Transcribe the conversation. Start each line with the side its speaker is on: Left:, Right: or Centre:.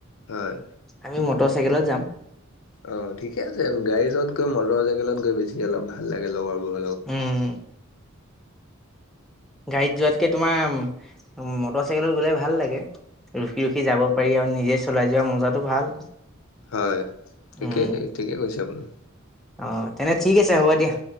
Left: হয়।
Centre: আমি মটচাইকেলত যাম।
Left: অ', ঠিকে আছে গাড়ী যত গৈ মটৰ চাইকেলত গৈ বেছি অলপ ভাল লাগে লগৰ বোৰ
Centre: উম। গাড়ীত যোৱাতকে তোমা উম মটৰ চাইকেলত গ'লে ভাল লাগে। ৰখি ৰখি যাব পাৰি আৰু নিজে চলাই যোৱা মজাটো ভাল।
Left: হয় ঠিকেই
Centre: উম
Left: ঠিকে কৈছে আপুনি
Centre: অ তেনে ঠিক আছে হ'ব দিয়া